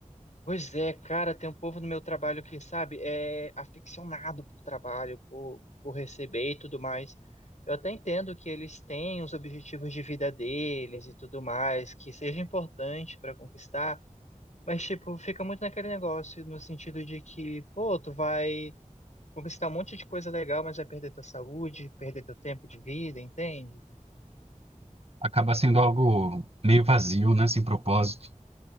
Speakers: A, on the left; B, on the right.
A: Pois é, cara, tem um povo no meu trabalho que, sabe, é aficionado por trabalho, por, por receber e tudo mais. Eu até entendo que eles têm os objetivos de vida deles e tudo mais, que seja importante para conquistar, mas, tipo, fica muito naquele negócio, no sentido de que, pô, tu vai conquistar um monte de coisa legal, mas vai perder tua saúde, perder teu tempo de vida, entende?
B: Acaba sendo algo meio vazio, né? Sem propósito.